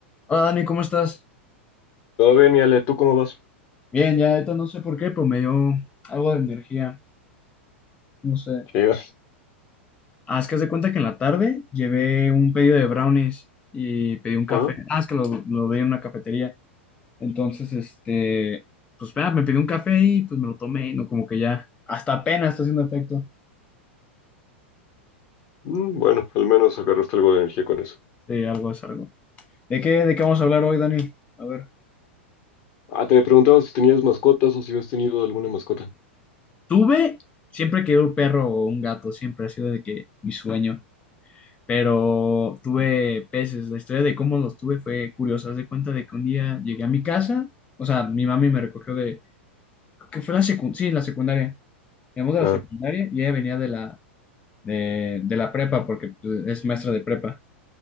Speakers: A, on the left; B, on the left.
A: Hola Dani, ¿cómo estás?
B: Todo bien, mi Ale, ¿tú cómo vas?
A: Bien, ya ahorita no sé por qué, pero me dio algo de energía, no sé.
B: ¿Qué
A: Ah, es que haz de cuenta que en la tarde llevé un pedido de brownies y pedí un café.
B: Ah,
A: Ah, es que lo, lo vi en una cafetería. Entonces, este, pues vea, me pedí un café y pues me lo tomé y no como que ya, hasta apenas está haciendo efecto.
B: mm, bueno, al menos agarraste algo de energía con eso.
A: Sí, algo es algo. ¿De qué, de qué vamos a hablar hoy, Dani? A ver.
B: Ah, te preguntaba si tenías mascotas o si habías tenido alguna mascota.
A: Tuve, siempre quería un perro o un gato, siempre ha sido de que mi sueño. pero tuve peces. La historia de cómo los tuve fue curiosa. Haz de cuenta de que un día llegué a mi casa, o sea, mi mami me recogió de, creo que fue la secundaria, sí, la secundaria. Llegamos de
B: Ah,
A: la secundaria y ella venía de la, de, de la prepa, porque pues, es maestra de prepa.